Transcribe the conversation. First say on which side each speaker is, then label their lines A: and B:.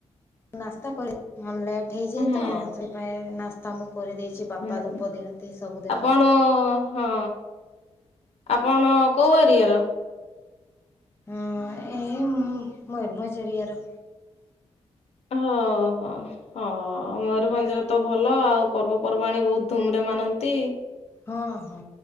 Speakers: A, on the left; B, on the left.
A: ନାସ୍ତା କରି ଅନଲିନି ହେଇଯାଇ
B: ହୁଁ
A: ତ ସେପାଇଁ ନାସ୍ତା ମୁଁ କରିଦେଇଛି ବାପା
B: ହୁଁ
A: ଧୂପ ଦିଅନ୍ତି ସବୁଦିନ
B: ଆପଣ ହଁ ଆପଣ କୋଉ ଏରିଆର।
A: ହଁ ଏ ମୟୂରଭଜଏରିଆ ର।
B: ହ ହଁ। ହଁ ମୟୂରଭଞ୍ଜରେ ତ ଭଲ ଆଉ ପର୍ବପର୍ବାଣୀ ବୋହୁତ ଧୁମ ରେ ମାନନ୍ତି।
A: ହଁ ହଁ